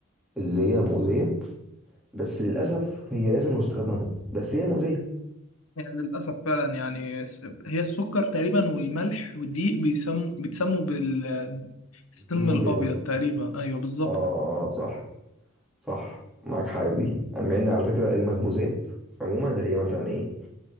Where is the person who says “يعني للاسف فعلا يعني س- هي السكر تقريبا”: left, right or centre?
Left